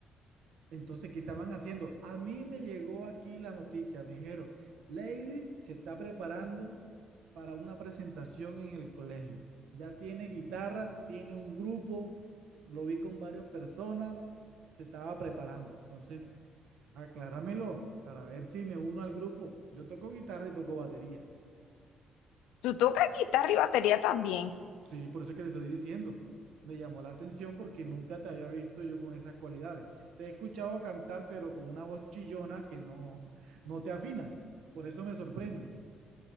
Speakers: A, on the right; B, on the left.
A: Entonces, ¿qué estaban haciendo? A mí me llegó aquí la noticia, me dijeron, Lady se está preparando para una presentación en el colegio. Ya tiene guitarra, tiene un grupo, lo vi con varias personas, se estaba preparando. Entonces, acláramelo para ver si me uno al grupo. Yo toco guitarra y toco batería.
B: Tú tocas guitarra y batería también.
A: Sí, por eso es que te estoy diciendo. Me llamó la atención porque nunca te había visto yo con esas cualidades. Te he escuchado cantar, pero con una voz chillona que no, <laughs> no te afinas. Por eso me sorprende.